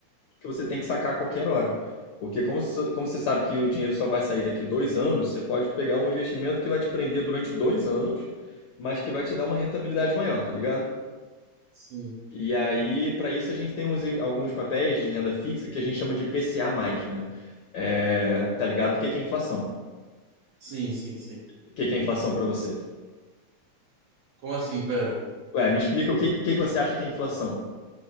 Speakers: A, on the left; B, on the right.
A: que você tem que sacar a qualquer hora. Porque como, so- como você sabe que o dinheiro só vai sair daqui dois anos, você pode pegar um investimento que vai te prender durante dois anos, mas que vai te dar uma rentabilidade maior, tá ligado?
B: sim,
A: E aí, para isso, a gente tem uns, alguns papéis de renda fixa que a gente chama de PCA+, né? É, tá ligado? O que que é inflação?
B: sim, sim, sim.
A: O que que é inflação para você?
B: Como assim, pera?
A: Ué, me explica o que, o que que você acha que é inflação?